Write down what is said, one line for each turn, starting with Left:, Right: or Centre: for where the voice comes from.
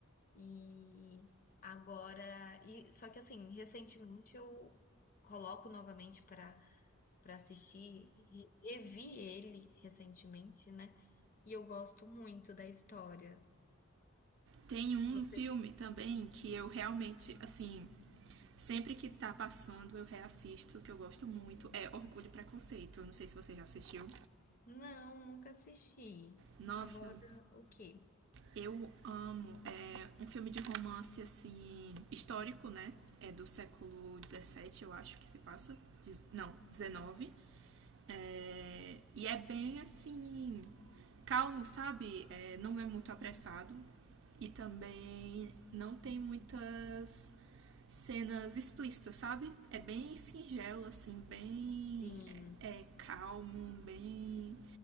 Left: E agora, e só que assim, recentemente eu coloco novamente para para assistir, re- revi ele recentemente, né? E eu gosto muito da história.
Right: Tem um
Left: Você?
Right: filme também que eu realmente, assim, Sempre que tá passando, eu reassisto, que eu gosto muito, é Orgulho e Preconceito. Não sei se você já assistiu.
Left: Não, nunca assisti.
Right: Nossa,
Left: Aborda o quê?
Right: eu amo. É um filme de romance, assim, histórico, né? É do século dezessete eu acho que se passa. Não, XIX. É, E é bem, assim, calmo, sabe? É, não é muito apressado. E também não tem muitas cenas explícitas, sabe? É bem singelo, assim, bem
Left: Sim,
Right: é, é calmo, bem